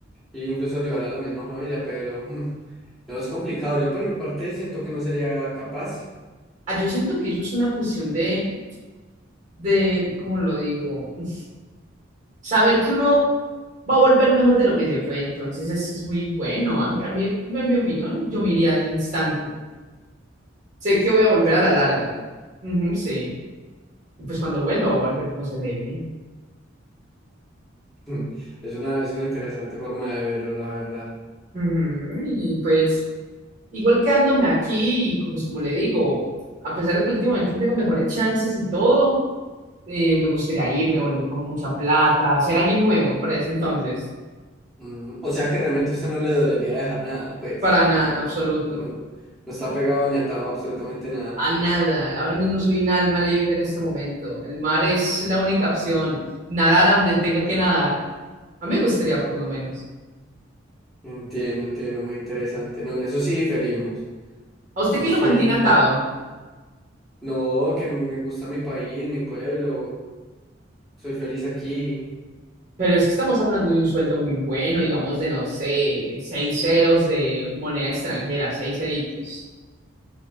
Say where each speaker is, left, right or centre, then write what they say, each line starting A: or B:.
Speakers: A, in the centre; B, on the right (about 40°).
A: Y incluso ayudar a la misma familia, pero mm, no es complicado. Yo por mi parte siento que no sería capaz
B: Ah, yo siento que eso es una cuestión de, de, ¿cómo lo digo? <laughs> Saber que uno va a volver mejor de lo que se fue, entonces eso es muy bueno. A mí, a mí, en mi opinión, yo me iría del instante. Sé que voy a volver
A: sin
B: a la
A: pensarlo.
B: larga.
A: <laughs>
B: Ujú, sí. Y pues cuando vuelva, voy a volver como se debe.
A: Mm, Es una, es una interesante forma de verlo, la verdad.
B: Ujú, Y pues, igual quedándome aquí, y co- pues como le digo, a pesar de que últimamente tengo mejores chances y todo, eh, me gustaría irme, volver con mucha plata, ser alguien nuevo para ese entonces.
A: Mm, o sea que realmente a usted no le dolería dejar nada, pues
B: Para nada,
A: no,
B: en absoluto.
A: no, no está pegado ni atado a absolutamente nada.
B: A nada. Ahora mismo soy un alma libre en este momento. El mar es la única opción. Nadar a donde tenga que nadar. A mí me gustaría, por lo menos.
A: Entiendo, entiendo, muy interesante. No, en eso sí diferimos.
B: ¿A usted
A: Eso
B: qué
A: sí,
B: lo mantiene atado?
A: no, que me gusta mi país, mi pueblo, soy feliz aquí.
B: Pero es que estamos hablando de un sueldo muy bueno, digamos de, no sé, seis ceros de moneda extranjera, seis ceritos.